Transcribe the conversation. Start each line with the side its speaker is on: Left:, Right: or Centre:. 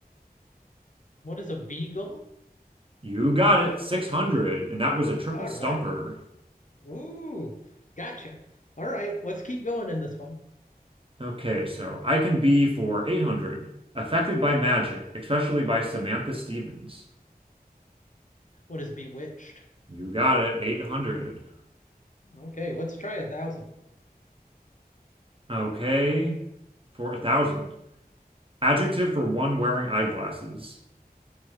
Left: What is a beagle?
Right: You got it, 600, and that was a triple
Left: All
Right: stumper.
Left: right. Ooh, gotcha. All right, let's keep going in this one.
Right: Okay, so I can be for 800. Affected by magic, especially by Samantha Stevens.
Left: What is bewitched?
Right: You got it, 800.
Left: Okay, let's try a thousand.
Right: Okay, for a 1000. Adjective for one wearing eyeglasses.